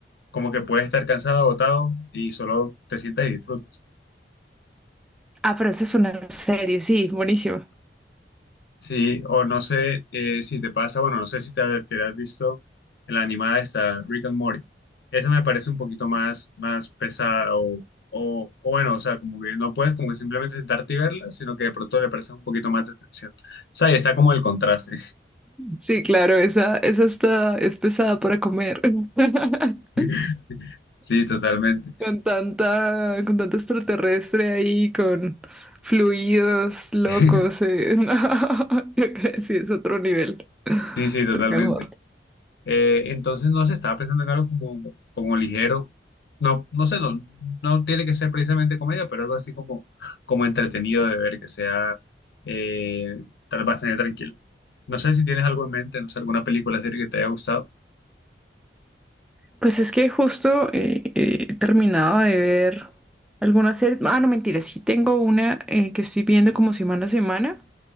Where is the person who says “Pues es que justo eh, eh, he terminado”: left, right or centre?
Centre